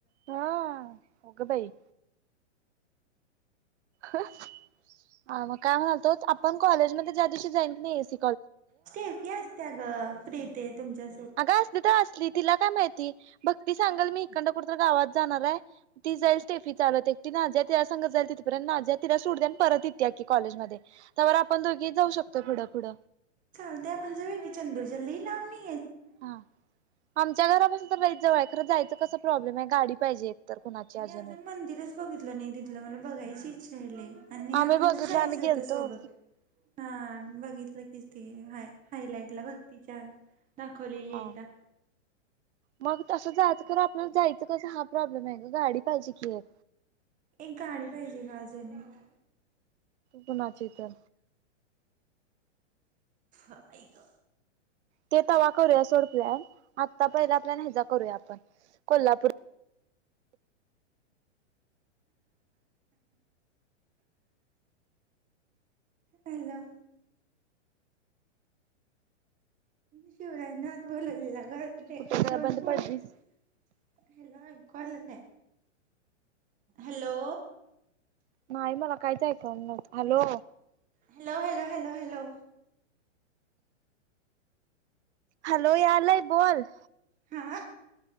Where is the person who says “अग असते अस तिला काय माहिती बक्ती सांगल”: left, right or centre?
Right